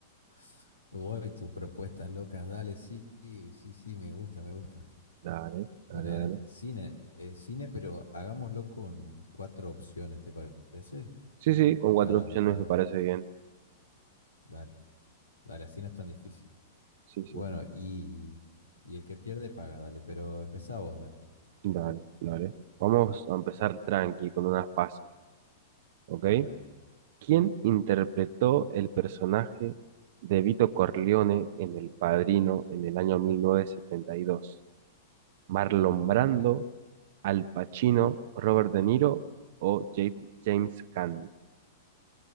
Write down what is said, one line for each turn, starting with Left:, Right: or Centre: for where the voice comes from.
Left: <laughs> voy tus propuestas locas, dale, sí, sí, sí, sí, me gusta, me gusta.
Right: Dale,
Left: Bueno,
Right: dale,
Left: dale,
Right: dale.
Left: cine, eh, cine, pero hagámoslo con cuatro opciones, ¿te parece?
Right: Sí, sí, con cuatro
Left: Cada,
Right: opciones
Left: cada,
Right: me parece bien.
Left: dale, dale, así no es tan difícil.
Right: Sí,
Left: Bueno,
Right: sí,
Left: y, y el que pierde paga, dale, pero empezá vos, dale.
Right: dale, dale. Vamos a empezar tranqui con una fácil, ¿ok?
Left: A ver,
Right: ¿Quién interpretó el personaje de Vito Corleone en El Padrino en el año 1972? Marlon Brando,
Left: Ok.
Right: Al Pacino, Robert De Niro o Ja- James Caan.